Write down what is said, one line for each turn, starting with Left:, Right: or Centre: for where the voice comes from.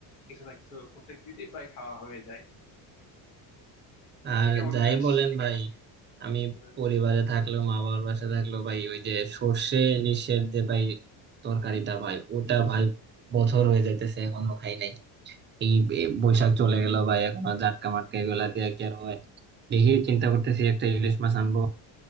Left: কিছু না কিছু প্রত্যেক দিনই প্রায় খাওয়া হয়ে যায়
Right: আর
Left: তুই কেমন
Right: যাই
Left: খাস
Right: বলেন ভাই আমি
Left: হ্যাঁ।
Right: পরিবারে থাকলেও মা বাবার বাসায় থাকলেও ভাই ওই যে সর্ষে ইলিশের যে ভাই তরকারিটা ভাই ওটা ভাই বছর হয়ে যাইতেছে এখনো খাই নাই এই বে- বৈশাখ চলে গেল ভাই এখনো জাটকা মাটকা এগুলা দিয়ে কি আর হয় দেখি চিন্তা করতেছি একটা ইলিশ মাছ আনবো